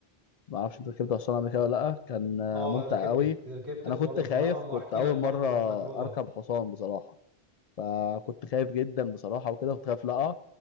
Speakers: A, on the left (about 50°); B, on the right (about 85°).
A: ما اعرفش انت ركبت حصانة قبل كده ولا لا كان آه،
B: اه
A: ممتع
B: ركبت
A: قوي
B: ركبت
A: انا
B: في
A: كنت
B: برضه
A: خايف
B: في الهرم
A: كنت
B: واحكي
A: اول
B: لك برضه
A: مرة
B: عن تجربة
A: اركب حصان بصراحة فكنت خايف جدا بصراحة وكده كنت خايف لا أقع.